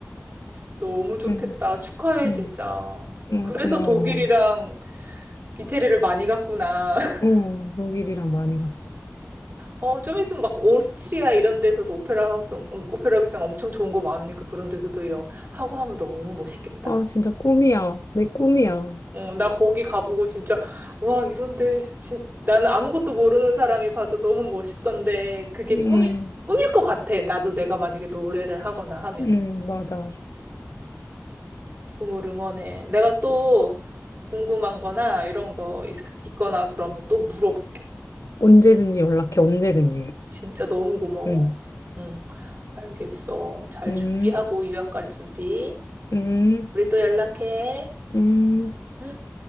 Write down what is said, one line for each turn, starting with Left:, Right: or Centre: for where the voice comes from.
Right: 너무 좋겠다.
Left: 그래서,
Right: 축하해,
Left: 응,
Right: 진짜.
Left: 응,
Right: 그래서
Left: 고마워.
Right: 독일이랑 이태리를 많이 갔구나. <laughs>
Left: 어, 독일이랑 많이 갔어.
Right: 어, 좀 있으면 막 오스트리아 이런 데서도 오페라 하우스, 엄- 오페라 극장 엄청 좋은 거 많으니까 그런 데서도 영- 하고 하면 너무 멋있겠다.
Left: 아, 진짜 꿈이야. 내 꿈이야.
Right: 어, 나 거기 가보고 진짜, 와, 이런데, 진, 나는 아무것도 모르는 사람이 봐도 너무 멋있던데, 그게
Left: 응,
Right: 꿈이, 꿈일 것 같아. 나도 내가 만약에 노래를 하거나 하면.
Left: 응, 맞아.
Right: 꿈을 응원해. 내가 또 궁금한 거나 이런 거 있, 있거나 그러면 또 물어볼게.
Left: 언제든지 연락해, 언제든지.
Right: 진짜 너무 고마워.
Left: 응,
Right: 응, 알겠어. 잘
Left: 응,
Right: 준비하고 유학 갈 준비.
Left: 응,
Right: 우리 또 연락해.
Left: 응.
Right: 응.